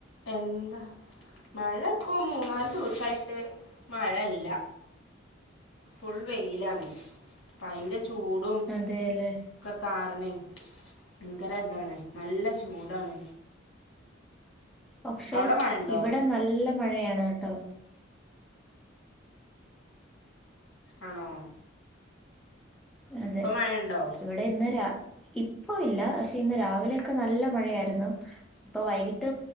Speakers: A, on the left; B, in the centre.
A: എന്താ മഴ ഇപ്പൊ മൂന്നാല് രു ദിവസമായിട്ട് മഴല്ല ഫൾ വെയിലാണ് ഭയര ചൂടും
B: അതെ അല്ലേ
A: ഒക്കെ കാ ഭയങ്കര ഇതാണ് നല്ല ചൂടാണ്
B: പക്ഷേ
A: അവിടെ മഴണ്ടോ
B: ഇവിടെ നല്ല മഴയാണ് ത്ത
A: ആണോ
B: അതെ
A: ഇപ്പൊ മഴണ്ടോ
B: ഇവിടെ ഇന്നരാ ഇപ്പ ഇല്ല പക്ഷെ ഇന്ന് രാവിലെയൊക്കെ നല്ല മഴയായിരുന്നു. ഇപ്പൊ വൈകിട്ട്